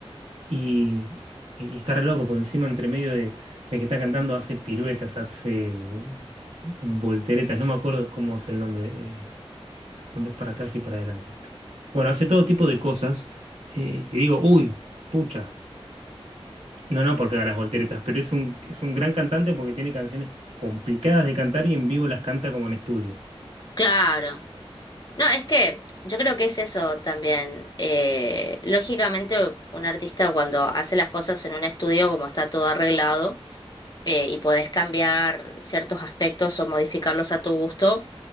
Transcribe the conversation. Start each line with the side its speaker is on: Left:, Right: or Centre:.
Right: y, y está re loco, porque encima entre medio de, de que está cantando hace piruetas, hace volteretas, no me acuerdo cómo es el nombre, eh, cuando es para atrás y para adelante. Bueno, hace todo tipo de cosas. eh, y digo, uy, pucha. No, no, porque da las volteretas, pero es un, es un gran cantante porque tiene canciones complicadas de cantar y en vivo las canta como en estudio.
Left: claro. No, es que yo creo que es eso también. Eh, lógicamente, un artista cuando hace las cosas en un estudio, como está todo arreglado, eh, y podés cambiar ciertos aspectos o modificarlos a tu gusto,